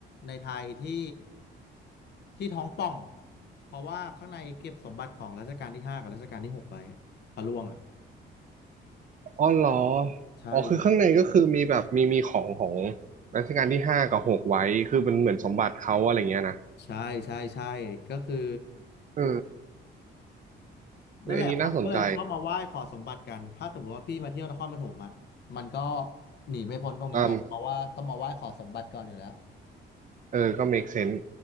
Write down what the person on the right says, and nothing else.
อ๋อเหรอ
อ๋อคือข้างในก็คือมีแบบมีมีของของรัชกาลที่ห้ากับหกไว้คือเป็นเหมือนสมบัติเขาอะไรเงี้ยนะ
เออเอยอันนี้น่าสนใจ
อืมเออก็ make sense